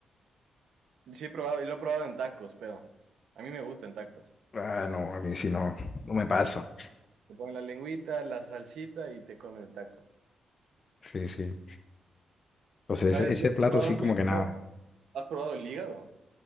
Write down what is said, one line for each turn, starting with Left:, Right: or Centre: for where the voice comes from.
Right: Sí, he probado, y lo he probado en tacos, pero a mí me gustan en tacos.
Left: Ah, no, a mí sí no, no me pasa.
Right: Te ponen la lengüita, la salsita y te comen el taco.
Left: Sí, sí. Entonces
Right: ¿Sabes?
Left: ese, ese
Right: ¿Has
Left: plato
Right: probado,
Left: sí como que nada.
Right: no, ¿has probado el hígado?